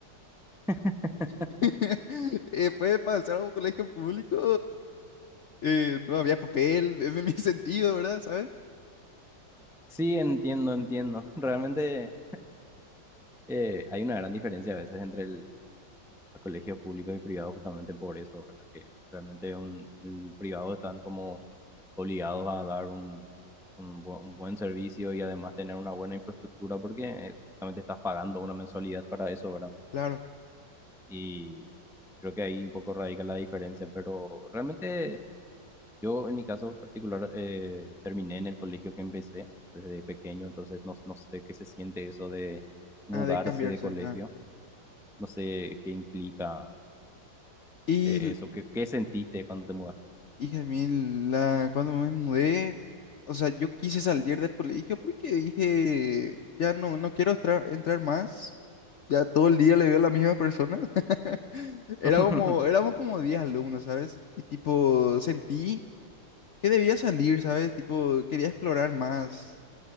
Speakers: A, in the centre; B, on the left (about 65°).
A: <laughs>
B: <laughs> Eh, pues para entrar a un colegio público eh, no había papel, en mi <laughs> sentido, ¿verdad? ¿Sabes?
A: Sí, entiendo, entiendo. <laughs> Realmente eh, hay una gran diferencia a veces entre el- los colegios públicos y privados justamente por eso, ¿verdad? Que realmente un, el privado están como obligados a dar un, un, bu- un buen servicio y además tener una buena infraestructura porque eh, justamente estás pagando una mensualidad para eso, ¿verdad?
B: Claro,
A: Y creo que ahí un poco radica la diferencia, pero realmente... Yo en mi caso particular eh, terminé en el colegio que empecé desde pequeño, entonces no, no sé qué se siente eso de mudarse
B: ha de cambiarse.
A: de colegio,
B: Totalmente. ah.
A: no sé qué implica
B: Y,
A: eh,
B: l-
A: eso, qué, qué sentiste cuando te mudaste.
B: hija de mil, la, cuando me mudé, o sea, yo quise salir del colegio porque dije, ya no, no quiero estra- entrar más. Ya todo el día le veo a la misma persona. <laughs> Era
A: <laughs>
B: como, éramos como 10 alumnos, ¿sabes? Y tipo, sentí que debía salir, ¿sabes? Tipo, quería explorar más.